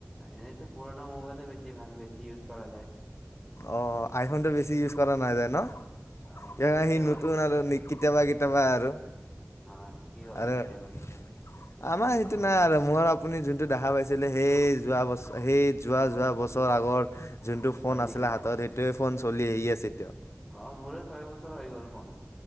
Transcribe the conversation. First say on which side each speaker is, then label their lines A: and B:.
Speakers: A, in the centre; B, on the left.
A: এনেইতো পুৰণা মোবাইলে বেছি ভাল বেছি। চি ইউজ কৰা যায়।
B: অঁ আইফোনটো বেছি ইউজ কৰা নাযায় ন।
A: অ
B: ইয়াৰ
A: কেতিয়াবা
B: সি নতুন আৰু নি কেতিয়াবা কেতিয়াবা আৰু
A: অঁ ঠিকে কলা
B: আৰু
A: কেতিয়াবা কেতিয়াবা
B: আমাৰ সেইটো নাই আৰু মোৰ আপুনি যোনটো দেখা পাইছে। দিলে সেই যোৱা বছ সেই যোৱা যোৱা বছৰ আগৰ যোনটো ফোন
A: হয়
B: আছে
A: নি
B: সেইটোৱে ফোন চলি আহি আছে এতিয়াও
A: অ মোৰে ছয় বছৰ হৈ গ'ল ফোন